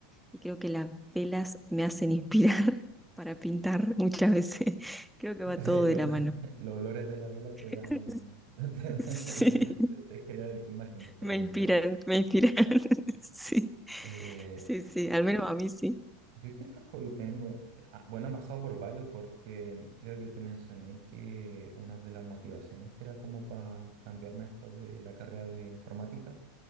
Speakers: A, in the centre; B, on the right.
A: y creo que las velas me hacen inspirar <laughs> para pintar muchas veces. <laughs> Creo que
B: <laughs>
A: va
B: Sí,
A: todo
B: Lo-
A: de la
B: <laughs>
A: mano.
B: los olores de la vela te
A: <laughs>
B: dan, <laughs> te,
A: Sí,
B: te te generan imágenes para
A: me
B: pintar.
A: inspiran, me inspiran. <laughs> Sí,
B: Eh,
A: sí, sí, al menos a mí sí.
B: ¿yo qué otro hobby tengo? Ah, bueno, he pasado por varios porque creo que te mencioné que una de las motivaciones que era como para cambiarme esto de la carrera de informática